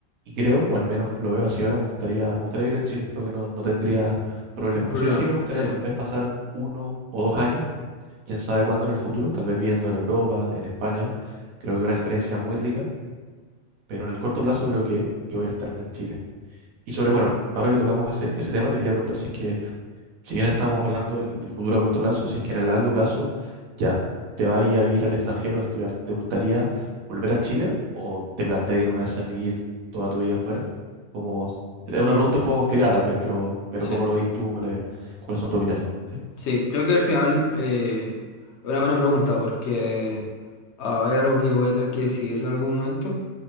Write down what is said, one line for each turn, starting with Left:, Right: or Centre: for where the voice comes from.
Right: creo, o al menos lo veo así ahora, me gustaría, me gustaría ir en Chile, creo que no, no tendría problema.
Left: no hay problema,
Right: Sí o sí me gustaría
Left: sí,
Right: tal vez pasar uno o dos años, quién sabe cuándo en el futuro, tal vez viendo en Europa, en España, creo que una experiencia muy rica, pero en el corto plazo creo que, que voy a estar en Chile. Y sobre,
Left: mm,
Right: bueno, ahora que tocamos ese, ese tema, te quería preguntar si es que si bien estamos hablando del, del futuro a corto plazo, si es que en el largo plazo ya te vas a ir a vivir al extranjero a estudiar, ¿te gustaría volver a Chile o te planteas ir una vez a vivir toda tu vida afuera? Como, es una
Left: mm,
Right: pregunta un poco complicada tal vez, pero, pero
Left: sí.
Right: ¿cómo lo ves tú? ¿Cuáles, cuáles son tus opiniones? Sí.
Left: Sí, creo que al final eh, es una buena pregunta porque ah, es algo que voy a tener que decidir en algún momento.